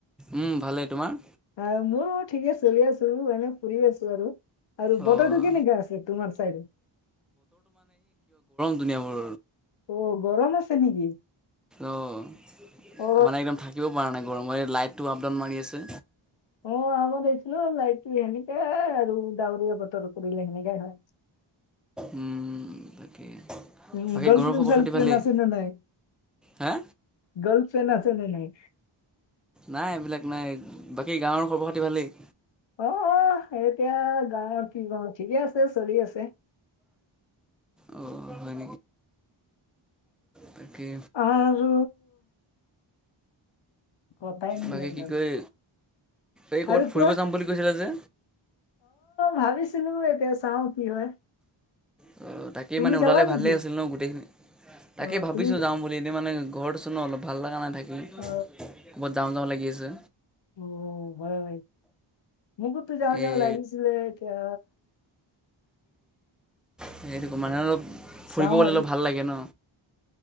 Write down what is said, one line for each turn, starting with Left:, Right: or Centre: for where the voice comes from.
Centre: উম ভালে, তোমাৰ?
Left: বাৰু মোৰো ঠিকে চলি আছো। এনে ফুৰি আছো আৰু। আৰু
Centre: অঁ
Left: বতৰটো কেনেকা আছে তোমাৰ চাইডে?
Centre: ধুনীয়া মোৰ
Left: অ', গৰম আছে নেকি?
Centre: অ',
Left: অ
Centre: মানে একদম থাকিব পৰা নাই গৰমত। এই লাইটটো আপ-ডাউন মাৰি আছে।
Left: অ', আ খাব লৈছিলো লাইটটো এনেকাই আৰু ডাৱৰীয়া বতৰ কৰিলে সেনেকাই হয়।
Centre: উম তাকে
Left: উম,
Centre: বাকী
Left: গৰ্লফ্ৰেণ্ড-চাৰ্লফ্ৰেণ্ড
Centre: ঘৰৰ খবৰ খাতি ভালেই
Left: আছে না নাই?
Centre: হা
Left: গৰ্লফ্ৰেণ্ড আ আছে নে নাই?
Centre: নাই এইবিলাক নাই। বাকী গাঁৱৰ খবৰ খাতি ভালেই?
Left: অ', অ', এতিয়া গাঁৱত কিবা, ঠিকে আছে চলি আছে।
Centre: অঁ হয় তাকে
Left: আৰু বতাই
Centre: বাকী
Left: লৈ
Centre: কি
Left: গ'ল।
Centre: কয় এই ক'ৰবাত
Left: আৰু
Centre: ফুৰিব
Left: কোৱা। অ',
Centre: যাম বুলি কৈছিলে যে
Left: ভাবিছ ছিলো এতিয়া চাওঁ কি হয়।
Centre: ত' তাকেই
Left: তুমি
Centre: মানে ওলালে
Left: যাবা নেকি
Centre: ভালেই আছিল ন গোটেই খিনি। তাকেই
Left: অ
Centre: ভাবিছো
Left: তুমি
Centre: যাওঁ বুলি এতিয়া মানে ঘৰত আছো ন, অলপ ভাল লগা নাই থাকি।
Left: অ
Centre: ক'ৰবাত যাওঁ যাওঁ লাগি আছে।
Left: অ', হয়। মোকোতো যাওঁ
Centre: এই
Left: যাওঁ লাগিছিলে এতিয়া
Centre: সেইটোকে মানে অলপ ফুৰিব
Left: চাওঁ
Centre: গ'লে
Left: আৰু
Centre: অলপ ভাল লাগে ন।